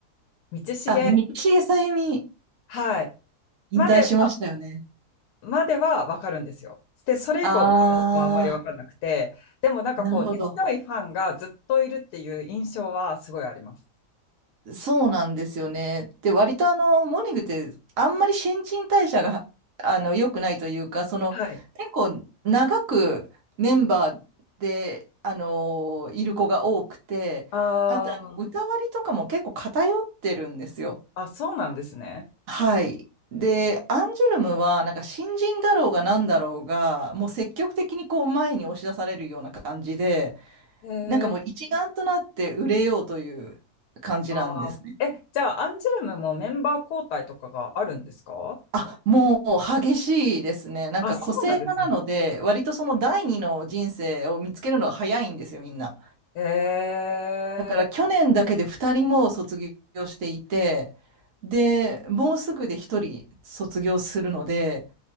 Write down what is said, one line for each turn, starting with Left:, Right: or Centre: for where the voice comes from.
Left: 道重、
Right: あ、道枝さゆみ、
Left: はい。
Right: 引退しましたよね。
Left: までは、まではわかるんですよ。で、それ以降はあんまりわかんなくて、
Right: ああ、
Left: でもなんかこう、
Right: なるほど。
Left: 根強いファンがずっといるっていう印象はすごいあります。
Right: そうなんですよね。で、割とあの、モーニングってあんまり新陳代謝が、あの、良くないというか、その、
Left: はい。
Right: 結構長くメンバーで、あの、いる子が多くて、
Left: あ
Right: あと、
Left: ー
Right: 歌割りとかも結構偏ってるんですよ。
Left: あ、そうなんですね。
Right: はい。で、アンジュルムは、なんか新人だろうが何だろうが、もう積極的にこう前に押し出されるような感じで、
Left: へえ。
Right: なんかもう一丸となって売れようという感じなんですね。
Left: あーえ、じゃあ、アンジュルムもメンバー交代とかがあるんですか
Right: あ、もう激しいですね。なんか個性派なので、
Left: あ、そうなんですね。
Right: 割とその第二の人生を見つけるのが早いんですよ、みんな。
Left: え
Right: だから去年だけで二人も卒業していて、
Left: え。
Right: で、もうすぐで一人卒業するので、